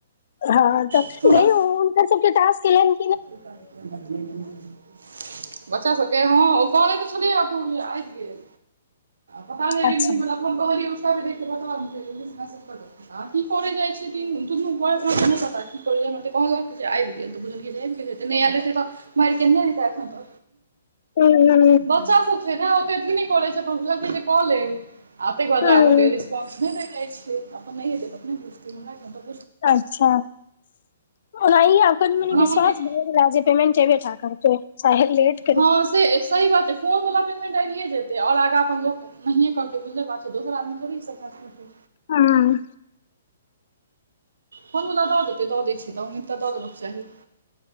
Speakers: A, on the left; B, on the right.
A: हँ तऽ
B: हमरा
A: गई हुनकर सबके टाॅस्क एलैन।
B: <unintelligible> बच्चा सब के हँ ओ करै तऽ छेलै ह पूर आइब गेल पता नैय रिमझिम
A: अच्छा
B: बला। हम कहलियै उषा दीदी के बतादी जल्दी से मैसेज क दही। आ की करै जाय छै दिन दुनू गोर नैय पता की करै जाय हमरा त कहलक आइब गेल तऽ बुझलियै जे। नैय एल हेतै त मैर के नै देत तऽ
A: हूँ
B: बच्चा सब। सेना ओते थि नैय करै छैय अपन बुझलकै जे कऽ लेब आ तेै के बाद
A: हूँ
B: आब उतैर। बस नै दै जाय छैय अपन नैय हेतेै तऽ अपने बुझते हमरा की हम त।
A: अच्छा ओनाही आ कनी मनी
B: ओना
A: विश्वास
B: मम्मी
A: भेल। राजे पेमेंट एबेटा करतै चाहे लेट।
B: हँ से सही बात छैय फोन वला पेमेंट आबये जेतै आ और आगाँ अपन लोक। नहिये करते बुझले बात छैय दोसर आदमी थोड़ी इ सब काज करतेै।
A: हँ।
B: हम दऽ देतै दऽ दै छै तऽ उऽ दऽ देबक चाही